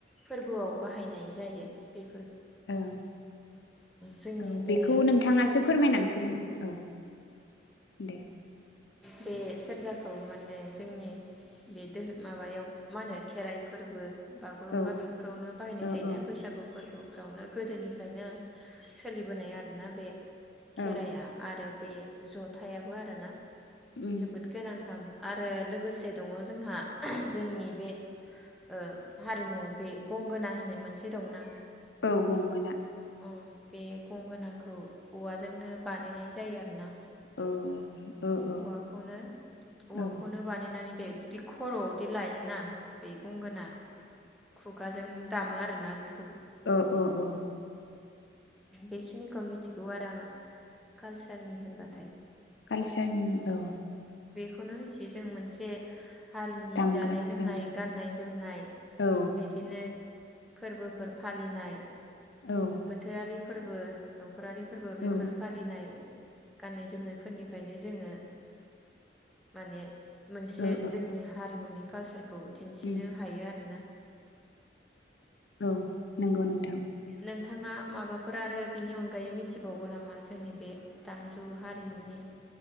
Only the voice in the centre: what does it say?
फोरबोआव बाहायनाय जायो बेफ
जोंनि
बे
सेर
बे सेरजाखौ माने जोंनि बे दोहो माबायाव मा होनो खेराइ फोरबो बागुरुम्बा
बेफोरावनो बाहायनाय
जायोना
बैसागु फोरबो फोरावनो गोदोनिफ्रायनो सोलिबोनाय आरोना बे खेराइआ
आरो बे जथायाबो आर दाना
जोबोद गोनांथाम आरो लोगोसे दङ जोंहा जोंनि बे ओ हारिमुआव बे गंगोना होननाय मोनसे दंना
ओं बे गंगोनाखौ औवाजोंनो बानायनाय जायो आरोना।
औवाखौनो औवाखौनो
बानायनानै बेबदि खरआवदि लायोना? बे गंगोना। खुगाजों दामो आरोना बेख
बेखिनिखौ मिथ मिथिगौ आरो आङो। कालचारनि होनबा थाय
खौनो मिथियो जों मोनसे हारिनि
जानाय लोंनाय
गाननाय जोमनाय
बिदिनो फोरबोफोर फालिनाय।
बोथोरारि फोरबो नु नखरारि फोरबो बेफोर
फालिनाय गाननाय जोमनायफोरनिफायनो जोङो। माने मोनसे
जोंनि हारिमुनि कालसार फोर खौ दिन्थिनो
हायो आरोना?
नोंथाङा माबाफोर आरो बिनि अनगायै मिथिबावगोन नामा जोंनि बे दामजु हारिमुनि